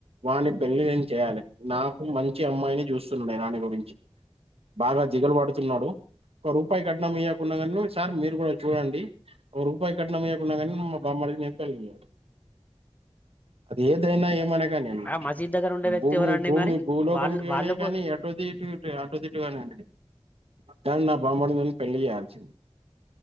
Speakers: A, on the right; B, on the left.
A: వాని పెళ్లి నేను చేయాలే నాకు మంచి అమ్మాయిని చూస్తున్న నేను వానికి బాగా దిగలు పడుతున్నాడు ఒక రూపాయి కట్నం ఇయ్యా కున్నా గాన్ సార్ మీరు కూడా చూడండి. ఒ రూపాయ కట్నమియాకున్నా కాని మా బామ్మర్దికి నే పెళ్లి చేయాలే అది ఏదైనా ఏమైనా కానీయండి
B: ఆ మసీద్ దగ్గర ఉండే వ్యక్తి
A: భూమి
B: ఎవరండి
A: భూమి
B: మరి
A: భూలోకంకి
B: వాళ్ళు
A: కాని
B: వాళ్ళకు
A: కానీ ఎటోదిటు అటోది ఇటు కానీయండి కాని నా బామ్మర్ది కి నేను పెళ్లి చేయాలి